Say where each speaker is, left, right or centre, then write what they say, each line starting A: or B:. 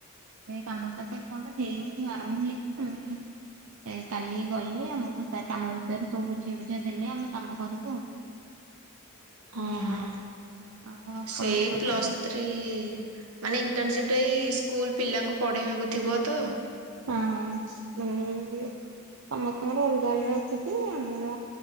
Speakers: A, on the right (about 70°); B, on the right (about 85°).
A: ଏ କାମ ଟା ଏପର୍ଯ୍ୟନ୍ତ ହେଇନି ଆରମ୍ଭ ହେଇନି। କାଲି ଗଲେ ଆମକୁ ସାର୍ କାମ ବିଷୟରେ ସବୁ ବୁଝି ବୁଝି ଦେଲେ ଆମେ କାମ କରିବୁ ଆଉ। <inaudible>
B: ଓହୋ।
A: ଆଉ ଆପଣଙ୍କର
B: ସେଇ ପ୍ଲୁସଥ୍ରୀ
A: ହଁ
B: ମାନେ ଇଣ୍ଟରସିପ ଟ ସ୍କୁଲ ପିଲାଙ୍କୁ ପଢେଇବାକୁ ଥିବ ତ
A: ହଁ ମାନେ <inaudible> ଆମର ଅଲଗା ଅଲଗା ଆସେ ଯେ ଆମର